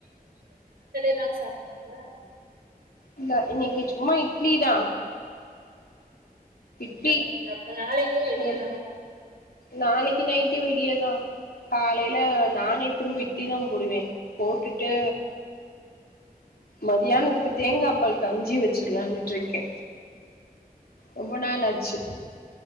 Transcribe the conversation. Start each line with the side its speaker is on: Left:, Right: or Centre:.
Right: எல்லாரும் சாப்பிடுவாங்க
Left: இல்ல இன்க்கி சும்மா இட்லி தா இட்லி
Right: சரி அப்ப நாளைக்கு வெளிய
Left: உம்
Right: தான
Left: நாளைக்கு நைட் இன்னிகு வெளியதா காலைல நானே திரும்பி இட்லி தா போடுவே போட்டுட்டு மதியானதுகு
Right: ஓகே ஓகே
Left: தேங்கா பால் கஞ்சி வச் வெச்சிலாண்ருக்கே ரொம்ப நாள் ஆச்சு